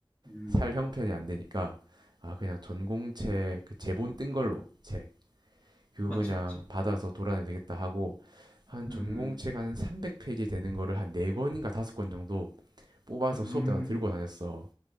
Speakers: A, on the left (about 15°); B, on the right (about 50°).
A: 음,
B: 살 형편이 안 되니까 아 그냥 전공책 그 제본 뜬 걸로 책 그거
A: 맞지,
B: 그냥
A: 맞지.
B: 받아서 돌아내면 되겠다 하고 한
A: 음,
B: 전공책 한 300페이지 되는 거를 한 네권인가 다섯 권 정도 뽑아서
A: 음,
B: 수업 때마다 들고
A: 음,
B: 다녔어.